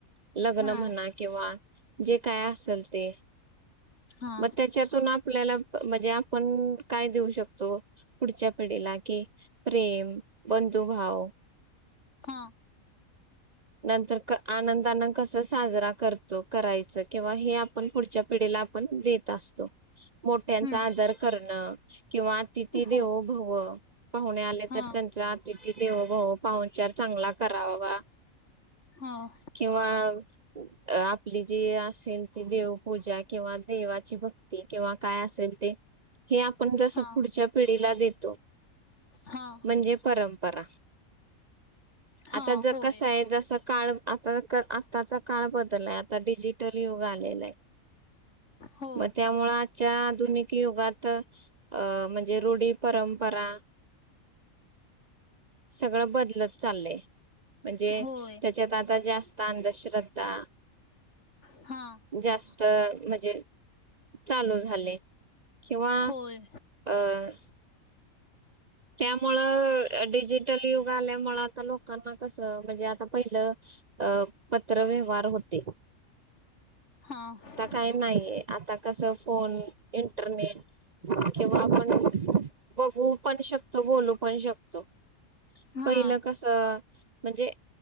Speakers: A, on the right; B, on the left.
A: लग्न
B: हा
A: म्हणा किंवा जे काय असल ते.
B: हा
A: म त्याच्यातून आपल्याला, म्हणजे आपण काय देऊ शकतो? पुढच्या पिढीला की, प्रेम, बंधुभाव
B: हा
A: नंतर क् आनंदान कस साजरा करतो, करायचं किंवा हे आपण पुढच्या पिढीला पण देत असतो, मोठ्यांचा
B: हम्म
A: आदर करणं किंवा अतिथी
B: हो
A: देवो भव, पाहुणे आले
B: हा
A: तर, त्यांचा अतिथी देवभव, पाहुनचार चांगला करावा.
B: हां.
A: किंवा अ आपली जी असेन, ती देवपूजा किंवा देवाची भक् ती किंवा काय असेल ते, हे आप पण जस
B: हा
A: पुढच्या पिढीला देतो,
B: हा
A: म्हणजे परम परा,
B: हा
A: आता ज
B: होय
A: कसं ये, जसं काळ आता क् आत्ताचा काळ बदलाय, आता डिजिटल युग आलेलय.
B: हो
A: म त्यामुळं, आ जच्या आधुनिक युगात, अ म्हणजे रूढी, परंपरा सगळं बदलत चाललय, म्हणजे
B: होय
A: च्यात आता जास्त अंधश्रद्धा
B: हां.
A: जास्त, म्हणजे चालू झाले. किंवा
B: होय
A: अं त्यामुळं डिजिटल युग आल्यामुळ, आता लोकांना कसं, म्हणजे आता पहिलं अ पत्र व्यवहार होते.
B: हां.
A: काई नाहीये, आता कसं फोन इंटरनेट किंवा आपण बघू पण शक तो, बोलू पण शकतो,
B: हा
A: पहिलं कस, म्हणजे